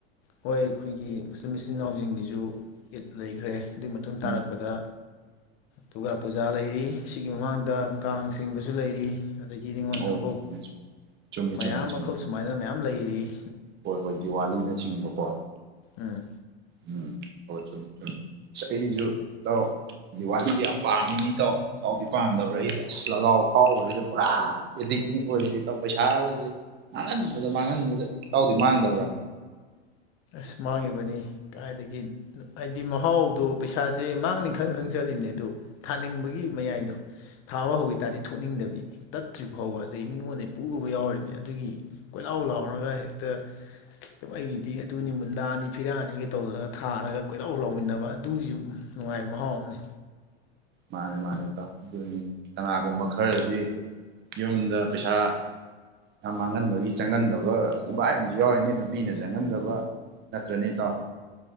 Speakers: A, on the left; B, on the right.
A: ꯍꯣꯏ ꯑꯩꯈꯣꯏꯒꯤ ꯃꯨꯁꯂꯤꯝ ꯏꯆꯤꯟ ꯏꯅꯥꯎꯁꯤꯡꯒꯤꯁꯨ ꯏꯠ ꯂꯩꯈ꯭ꯔꯦ ꯑꯗꯨꯏ ꯃꯇꯨꯡ ꯇꯥꯔꯛꯄꯗ
B: ꯎꯝ
A: ꯗꯨꯔꯒꯥ ꯄꯨꯖꯥ ꯂꯩꯔꯤ ꯁꯤꯒꯤ ꯃꯃꯥꯡꯗ ꯀꯥꯡ ꯆꯤꯡꯕꯁꯨ ꯂꯩꯔꯤ ꯑꯗꯒꯤ ꯅꯤꯡꯉꯣꯟ
B: ꯑꯣ
A: ꯆꯥꯛ
B: ꯆꯨꯝꯃꯤ ꯆꯨꯝꯃꯤ
A: ꯃꯌꯥꯝ
B: ꯆꯨꯝꯃꯤ ꯆꯨꯝꯃꯤ
A: ꯃꯈꯜ ꯁꯨꯃꯥꯏꯅ ꯃꯌꯥꯝ ꯂꯩꯔꯤ
B: ꯍꯣꯏ ꯍꯣꯏ ꯗꯤꯋꯥꯂꯤꯅꯆꯤꯡꯕꯀꯣ
A: ꯎꯝ
B: ꯎꯝ ꯍꯧ ꯁꯨꯝ ꯁꯨꯝ ꯑꯁ ꯑꯩꯁꯨ ꯇꯧ ꯗꯤꯋꯥꯂꯤꯁꯦ ꯌꯥꯝ ꯄꯥꯝꯃꯤꯅꯤ ꯇꯧ ꯇꯧꯗꯤ ꯄꯥꯝꯗꯕ꯭ꯔꯥ ꯑꯩꯗꯤ ꯑꯁ ꯂꯒꯥꯎ ꯐꯥꯎꯕꯁꯤꯗ ꯄꯨꯔꯥ ꯑꯦꯗꯤꯛꯅꯤꯛ ꯑꯣꯏꯔꯤꯗꯤ ꯇꯧ ꯄꯩꯁꯥꯒꯗꯤ ꯃꯥꯡꯍꯟꯕꯗ ꯃꯥꯡꯍꯟꯕꯗ ꯇꯗꯤ ꯃꯥꯡꯗꯕ꯭ꯔꯥ
A: ꯑ ꯃꯥꯡꯉꯤꯕꯅꯤ ꯀꯥꯏꯗꯒꯤ ꯍꯥꯏꯗꯤ ꯃꯍꯥꯎꯗꯣ ꯄꯩꯁꯥꯁꯦ ꯃꯥꯡꯅꯤ ꯈꯪ ꯈꯪ ꯆꯠꯂꯤꯕꯅꯦ ꯑꯗꯣ ꯊꯥꯅꯤꯡꯕꯒꯤ ꯃꯌꯥꯏꯗꯣ ꯊꯥꯕ ꯍꯧꯈꯤ ꯇꯥꯔꯗꯤ ꯊꯣꯛꯅꯤꯡꯗꯕꯤ ꯇꯠꯇ꯭ꯔꯤꯕ ꯐꯥꯎꯕ ꯑꯗꯨꯩ ꯃꯤꯉꯣꯟꯗ ꯄꯨꯕ ꯌꯥꯎꯔꯤꯕꯅꯤ ꯑꯗꯨꯒꯤ ꯀꯣꯏꯂꯥꯎ ꯂꯥꯎꯔꯒ ꯍꯦꯛꯇ ꯑꯩꯒꯤꯗꯤ ꯑꯗꯨꯅꯤ ꯃꯨꯟꯗꯥ ꯑꯅꯤ ꯐꯤꯔꯥꯅꯤꯒ ꯇꯧꯗꯔꯒ ꯊꯥꯔꯒ ꯀꯣꯏꯗꯧ ꯂꯧꯥꯎꯃꯤꯟꯅꯕ ꯑꯗꯨꯒꯤꯁꯨ ꯅꯨꯡꯉꯥꯏꯕ ꯃꯍꯥꯎ ꯑꯃꯅꯤ
B: ꯃꯥꯅꯦ ꯃꯥꯅꯦ ꯏꯇꯥꯎ ꯑꯗꯨꯅꯤ ꯀꯅꯥꯒꯨꯝꯕ ꯈꯔꯗꯤ ꯌꯨꯝꯗ ꯄꯩꯁꯥ ꯌꯥꯝ ꯃꯥꯡꯍꯟꯕꯒꯤ ꯆꯪꯍꯟꯗꯕ ꯀꯣꯡꯒꯥꯏ ꯑꯃꯁꯨ ꯌꯥꯎꯔꯤꯅꯦ ꯅꯨꯄꯤꯅ ꯆꯪꯍꯟꯗꯕ ꯅꯠꯇ꯭ꯔꯅꯦ ꯏꯇꯥꯎ